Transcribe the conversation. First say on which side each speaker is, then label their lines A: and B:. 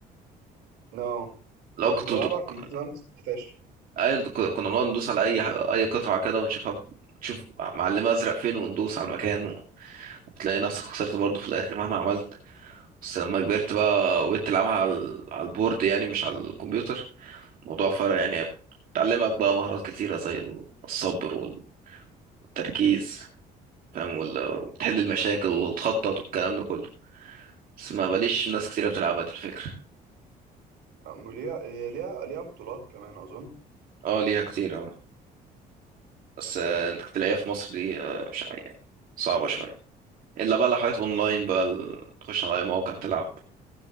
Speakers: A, on the right; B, on the right.
A: نو
B: لو
A: ما انا
B: كنت
A: كنت بلعبها
B: بت-
A: على الكمبيوتر زمان بس كنت فاشل
B: ايوه انت كنا كنا بنقعد ندوس على اي ح- اي قطعه كده ونشوفها نشوف معلمه ازرق فين وندوس على المكان و- وتلاقي نفسك خسرت برضه في الاخر مهما عملت بس لما كبرت بقى وبقيت تلعبها على ال- على البورد يعني مش على الكمبيوتر الموضوع فرق يعني بتعلمك بقى مهارات كتيره زي ال- الصبر والتركيز فاهم وال- وتحل المشاكل وتخطط والكلام ده كله بس ما بليش ناس كتيره بتلعبها دي الفكره
A: أم ليها هي ليها ليها بطولات كمان اظن
B: اه ليها كتير اه بس آه،
A: مم.
B: انت تلاقيها في مصر دي آه، مش يعني صعبة شوية الا بقى لو حاجات اونلاين بقى ال- تخش على اي موقع تلعب